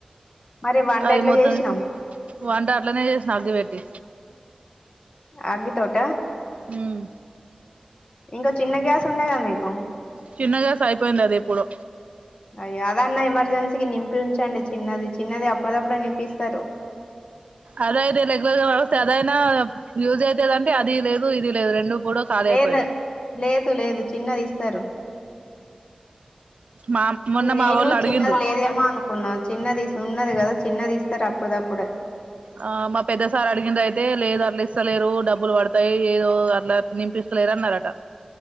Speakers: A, on the left; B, on the right.
A: మరి వంట
B: అది
A: ఎట్లా
B: మొత్తం
A: చేసినావు
B: వంట అట్లనే చేసిన అగ్గి వెట్టి
A: అగ్గి తోట
B: హ్మ్
A: ఇంకా చిన్న గ్యాస్ ఉండే కదా మీకు
B: చిన్న గ్యాస్ అయిపోయింది అది ఎప్పుడో
A: అయ్యో అది అన్నా ఎమర్జెన్సీకి నింపి ఉంచండి చిన్నది చిన్నది అప్పుడదప్పుడే నింపి ఇస్తారు
B: అదయితే రెగ్యులర్ గా వస్తే అదైనా యూజ్ అయితేదంటే అది లేదు ఇది లేదు రెండు కూడా ఖాళీ
A: లేదా
B: అయిపోయినాయి
A: లేదు లేదు చిన్నది ఇస్తారు
B: మా మొన్న
A: నేను
B: మా వాళ్ళు అడిగిండ్రు
A: చిన్నది లేదేమో అనుకున్నాను చిన్నది ఉన్నది కదా చిన్నది ఇస్తారు అప్పుడుద అప్పుడు
B: ఆ మా పెద్దసార్ అడిగింద అయితే లేదు అట్లా ఇస్తలేరు డబ్బులు పడతాయి ఏదో అట్లా నినిపిస్త క్లేర్న్నారట